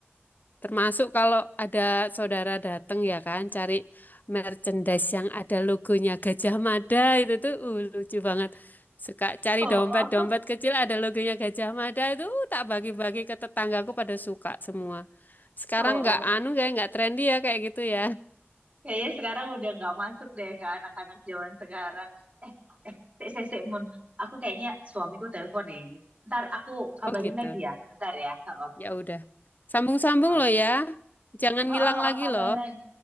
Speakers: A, on the left; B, on the right.
A: Termasuk kalau ada saudara datang ya kan, cari merchandise yang ada logonya Gajah Mada itu tuh uh, lucu banget. Suka cari
B: Oh,
A: dompet-dompet
B: oh.
A: kecil ada logonya Gajah Mada itu uh, tak bagi-bagi ke tetanggaku pada suka semua. Sekarang
B: Oh,
A: nggak
B: oh.
A: anu kayak nggak trendy ya kayak gitu ya.
B: Kayaknya sekarang udah nggak masuk deh ke anak-anak zaman sekarang. Eh, eh, sik, sik, sik, Mun. Aku kayaknya suamiku telepon ya ini. Ntar aku kabarin
A: Oh gitu.
B: lagi ya. Bentar ya. Oh,
A: Ya udah. Sambung-sambung
B: oh,
A: loh ya. Jangan
B: oh, oh,
A: ngilang
B: oh,
A: lagi
B: kabaran.
A: loh.